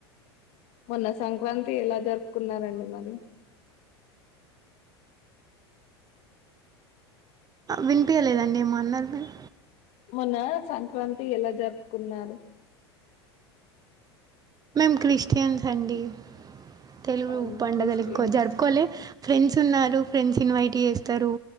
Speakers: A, on the left; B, on the right.
A: మొన్న సంక్రాంతి ఎలా జరుపుకున్నారండి మరి
B: వినిపించలేదండి ఏమో అన్నారు మీరు
A: మొన్న సంక్రాంతి ఎలా జరుపుకున్నారు
B: మేము క్రిస్టియన్స్ అండి తెలుగు
A: అవునా
B: పండుగలు
A: క్రిస్టియన్స్
B: ఎక్కువ జరుపుకోలే ఫ్రెండ్స్ ఉన్నారు ఫ్రెండ్స్ ఇన్వైట్ చేస్తారు